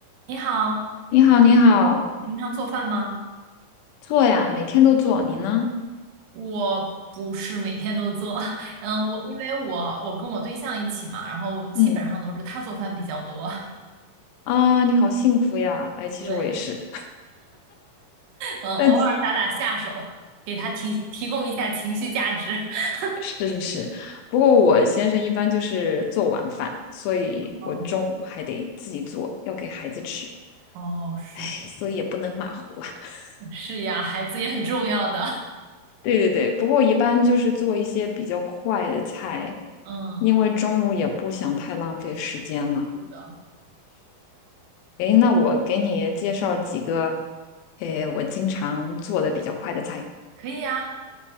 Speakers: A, on the right; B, on the left.
A: 你好，
B: 你好，你好，
A: 你平常做饭吗？
B: 做呀，每天都做。你呢？
A: 我不是每天都做，<laughs> 嗯，我因为我我跟我对象一起嘛，然后基本上都是他做饭比较多，
B: 嗯
A: <laughs>
B: 啊，你好幸福呀！哎，其实我也是，
A: 对，嗯，
B: <laughs>
A: 偶尔打打下手，
B: 但
A: 给他提提供一下情绪价值。<laughs>
B: 是是是，不过我先生一般就是做晚饭，所以我中午还得自己做，
A: 嗯，
B: 要给孩子吃。
A: 哦，是的，
B: 哎，所以也不能马虎啊。<laughs>
A: 是呀，孩子也很重要的，
B: 对对对，不过一般就是做一些比较快的菜，
A: <laughs> 嗯，
B: 因为中午也不想太浪费时间了。
A: 是的，
B: 哎，
A: 嗯，
B: 那我给你介绍几个，哎，我经常做的比较快的菜。
A: 可以呀，